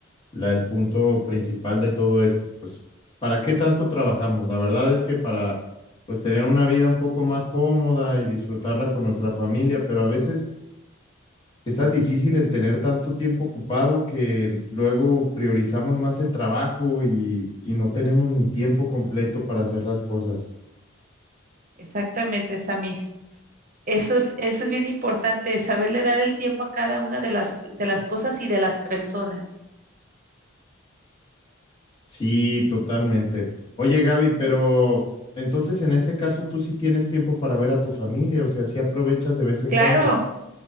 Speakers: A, on the left; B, on the right.
A: la, el punto principal de todo esto. Pues, ¿para qué tanto trabajamos? La verdad es que para, pues, tener una vida un poco más cómoda y disfrutarla con nuestra familia, pero a veces es tan difícil el tener tanto tiempo ocupado que luego priorizamos más el trabajo y, y no tenemos ni tiempo completo para hacer las cosas.
B: Exactamente, Samir. Eso es, eso es bien importante, saberle dar el tiempo a cada una de las, de las cosas y de las personas.
A: Sí, totalmente. Oye, Gaby, pero entonces en ese caso tú sí tienes tiempo para ver a tu familia, o sea, sí aprovechas de vez en
B: Claro,
A: cuando.